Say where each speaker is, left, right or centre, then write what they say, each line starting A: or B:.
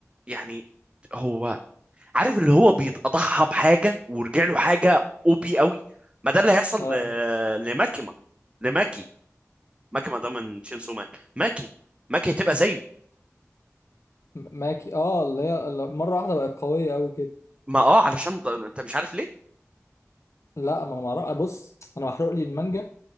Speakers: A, on the right; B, on the left.
A: يعني هو عارف اللي هو بيتضحى بحاجه ورجع له حاجه او بي قوي ما ده اللي هيحصل
B: اه
A: ل- لماكيما لماكي ماكيما ده من شينسو مان ماكي ماكي هتبقى زيه
B: م- ماكي اه اللي هي اللي مرة واحدة بقت قوية أوي كده
A: ما اه علشان ده انت مش عارف ليه
B: لا ما انا ما أعرف- بص انا محروق لي المانجا